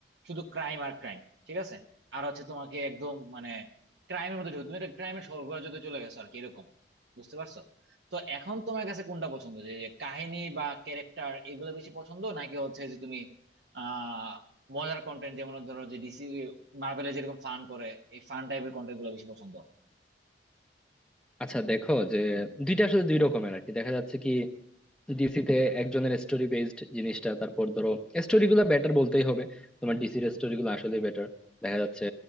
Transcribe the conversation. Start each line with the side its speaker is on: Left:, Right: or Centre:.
Right: শুধু ক্রাইম আর ক্রাইম ঠিক আছে আর হচ্ছে তোমাকে একদম মানে ক্রাইমের মধ্যে ঢুকে তুমি একটা ক্রাইমের স্বর্গরাজ্যতে চলে গেছো আর কি এরকম বুঝতে পারছো তো এখন তোমার কাছে কোনটা পছন্দ যে যে কাহিনী বা ক্যারেক্টার এগুলো বেশি পছন্দ নাকি হচ্ছে যে তুমি আহ মজার কন্টেন্ট যেমন ধরো যে ডিসি মার্ভেলে যেরকম ফান করে এই ফান টাইপের কন্টেন্ট গুলো বেশি পছন্দ
Centre: আচ্ছা দেখো যে দুইটা আসলে দুই রকমের আর কি দেখা যাচ্ছে কি ডিসি তে একজনের স্টোরি বেসড জিনিসটা তারপর ধরো স্টোরি গুলা বেটার বলতেই হবে তোমার ডিসির স্টোরি গুলো আসলে বেটার দেখা যাচ্ছে